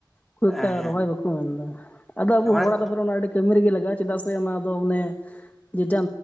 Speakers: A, on the left; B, in the centre.
A: ᱠᱷᱩᱵ ᱮᱠᱴᱟ
B: ᱦᱮᱸ
A: ᱨᱚᱦᱚᱭ ᱵᱟᱠᱚ ᱢᱮᱱᱫᱟ ᱟᱫᱚ ᱟᱵᱚ
B: ᱦᱮᱸ ᱢᱟᱱᱮ
A: ᱦᱚᱲᱟᱜ ᱛᱮ ᱚᱱᱟ ᱟᱹᱰᱤ ᱠᱟᱹᱢᱤ ᱨᱮᱜᱮ ᱞᱟᱹᱠ ᱪᱮᱫᱟᱜ ᱥᱮ ᱚᱱᱟ ᱫᱚ ᱚᱱᱮ ᱡᱮᱴᱟ